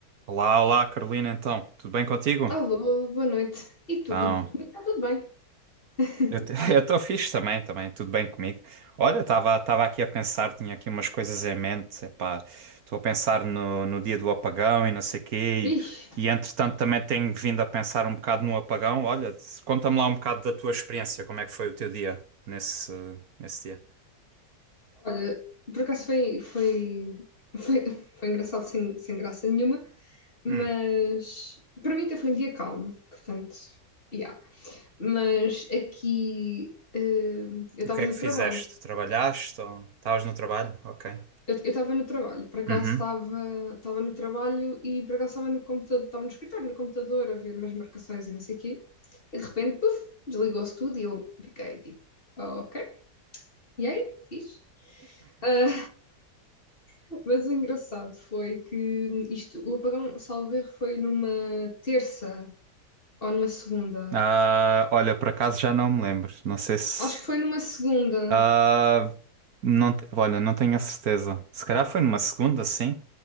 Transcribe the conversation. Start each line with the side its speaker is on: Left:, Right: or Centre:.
Right: Olá, olá, Carolina, então, tudo bem contigo?
Left: Alô, boa noite. E
Right: Então,
Left: tu, quando- como é que está tudo bem? <laughs>
Right: eu te- <laughs> eu estou fixe também, também, tudo bem comigo. Olha, estava estava aqui a pensar, tinha aqui umas coisas em mente, epá, estou a pensar no, no dia do apagão e não sei quê,
Left: Vixe,
Right: e, e entretanto também tenho vindo a pensar um bocado no apagão. Olha, conta-me lá um bocado da tua experiência, como é que foi o teu dia nesse, nesse dia?
Left: olha, por acaso foi, foi, foi, foi engraçado sem, sem graça nenhuma, mas
Right: Hum,
Left: para mim até foi um dia calmo, portanto, yeah. Mas aqui, eh, eu estava
Right: o que é que
Left: no trabalho.
Right: fizeste? Trabalhaste ou estavas no trabalho? Ok.
Left: Eu estava no trabalho, por acaso
Right: Uhum.
Left: estava estava no trabalho e por acaso estava no computador, estava no escritório, no computador a ver umas marcações e não sei o quê, e de repente, puf, desligou-se tudo e eu fiquei tipo, ok. E aí, fiz. Ah, <laughs> mas o engraçado foi que isto, o apagão, salvo erro, foi numa terça ou numa segunda.
Right: Ah, olha, por acaso já não me lembro. Não sei se
Left: Acho que foi numa segunda.
Right: Ah, não, te- olha, não tenho a certeza. Se calhar foi numa segunda, sim,